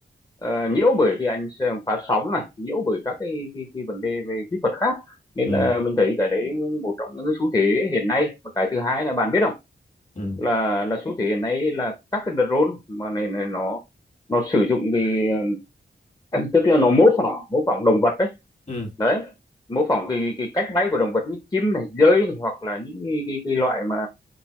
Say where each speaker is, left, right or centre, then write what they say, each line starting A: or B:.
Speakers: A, on the left; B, on the left.
A: ờ, nhiễu bởi cái ánh phá sóng này nhiễu bởi các cái, cái, cái vấn đề về kỹ thuật khác nên
B: ừ
A: là mình thấy cái đấy một trong những cái xu thế hiện nay và cái thứ hai là bạn biết không
B: ừ
A: là là xu thế hiện nay là các cái drone mà này, này nó nó sử dụng cái <clears throat> tức là nó mô phỏng mô phỏng động vật đấy
B: ừ
A: đấy mô phỏng cái cái cách bay của động vật như chim này dơi này, hoặc là những cái, cái, cái loại mà